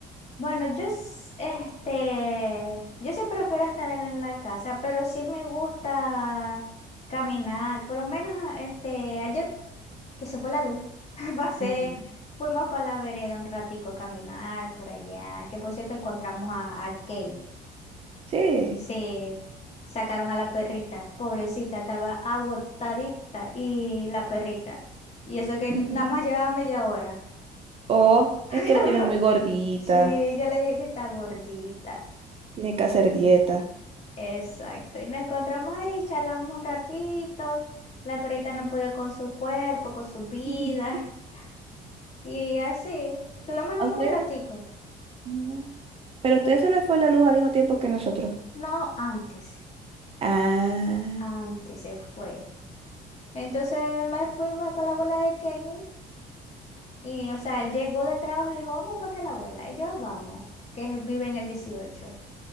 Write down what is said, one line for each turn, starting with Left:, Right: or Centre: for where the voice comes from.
Left: Bueno, yo s- este, yo sí prefiero estar en la casa, pero sí me gusta caminar. Por lo menos a- este, ayer que se fue la luz, <laughs> pasé,
Right: Ujú.
Left: fuimos para la vereda un ratico a caminar por allá, que por cierto encontramos a, a Kate.
Right: Sí.
Left: Sí, sacaron a la perrita, pobrecita, estaba agotadita y la perrita. Y eso que
Right: Ujú.
Left: nada más llegaba media hora.
Right: O
Left: <laughs>
Right: es que la tienen muy gordita,
Left: Sí, yo le dije que está gordita.
Right: tiene que hacer dieta.
Left: Exacto. Y nos encontramos ahí, charlamos un ratito. La perrita no podía con su cuerpo, con su vida.
Right: Ujú.
Left: <laughs> Y así, tuvimos nomás
Right: ¿A usted?
Left: un ratico.
Right: Mm. Pero a usted se le fue la luz al mismo tiempo que nosotros.
Left: No antes,
Right: Ah.
Left: antes se fue. Entonces me fui me para la abuela de Kenny Y, o sea, él llegó del trabajo y dijo, vamos para que la abuela. Y yo, vamos, que es- vive en el dieciocho